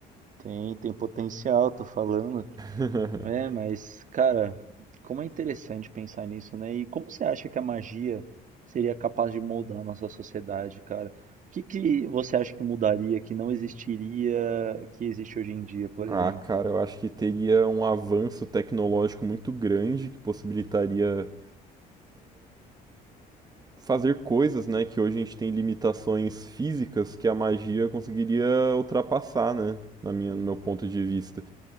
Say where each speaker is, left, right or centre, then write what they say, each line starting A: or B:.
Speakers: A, on the right (about 50°); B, on the right (about 25°).
A: tem, tem potencial, tô falando.
B: <laughs>
A: É, mas, cara, como é interessante pensar nisso, né? E como você acha que a magia seria capaz de moldar a nossa sociedade, cara? O que que você acha que mudaria, que não existiria, que existe hoje em dia, por
B: Ah,
A: exemplo?
B: cara, eu acho que teria um avanço tecnológico muito grande que possibilitaria fazer coisas, né, que hoje a gente tem limitações físicas que a magia conseguiria ultrapassar, né, na minha, no meu ponto de vista.